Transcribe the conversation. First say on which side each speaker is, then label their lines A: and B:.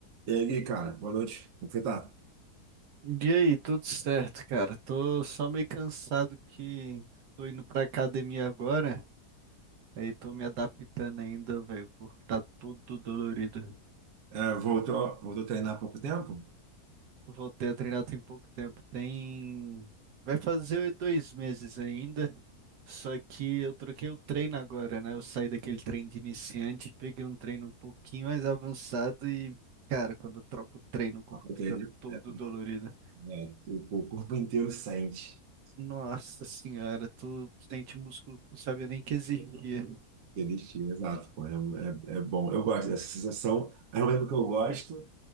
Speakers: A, on the right (about 65°); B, on the right (about 85°).
A: E aí, Gui, cara, boa noite. Como foi, tá?
B: E aí, tudo certo, cara? Tô só meio cansado que tô indo pra academia agora. Aí tô me adaptando ainda, velho, O corpo tá todo dolorido.
A: É, voltou, voltou a treinar há pouco tempo?
B: Voltei a treinar tem pouco tempo. Tem. Vai fazer dois meses ainda. Só que eu troquei o treino agora, né? Eu saí daquele treino de iniciante, e peguei um treino um pouquinho mais avançado e, cara, quando eu troco o treino, o corpo
A: Há pouco
B: fica
A: tempo,
B: todo
A: né?
B: dolorido.
A: É, é, é, o, o corpo inteiro sente
B: Nossa senhora, tu sente músculo que não sabia nem que existia.
A: aquele estilo, exato, pô, é, é, é bom. Eu gosto dessa sensação, ao mesmo tempo que eu gosto